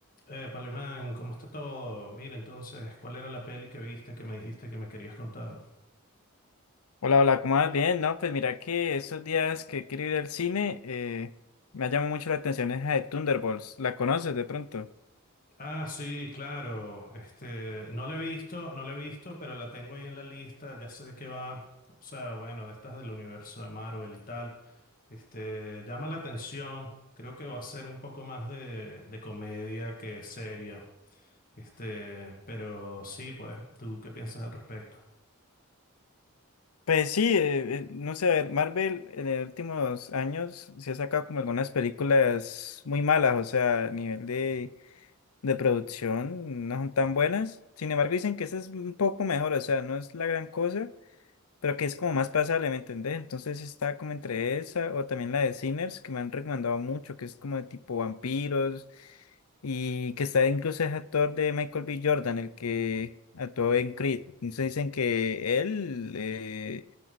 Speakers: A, on the left; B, on the left.
A: Eh, Palemán, ¿cómo está todo? Mira, entonces, ¿cuál era la peli que viste que me dijiste que me querías contar?
B: Hola, hola, ¿cómo vas? Bien, no, pues mira que esos días que quiero ir al cine, eh, me ha llamado mucho la atención esa de Thunderbolts, ¿la conoces de pronto?
A: Ah, sí, claro. Este, no la he visto, no la he visto, pero la tengo ahí en la lista, ya sé de qué va. O sea, bueno, estas del universo de Marvel y tal. Este, llama la atención. Creo que va a ser un poco más de, de comedia que seria. Este, pero sí, pues, ¿tú qué piensas al respecto?
B: Pues sí, eh, eh, no sé, a ver, Marvel en los últimos años se ha sacado como algunas películas muy malas, o sea, a nivel de, de producción no son tan buenas, sin embargo dicen que esa es un poco mejor, o sea, no es la gran cosa. pero que es como más pasable, ¿me entendés? Entonces está como entre esa o también la de Sinners, que me han recomendado mucho, que es como de tipo vampiros y que está incluso es actor de Michael B. Jordan, el que actuó en Creed. Entonces dicen que él eh,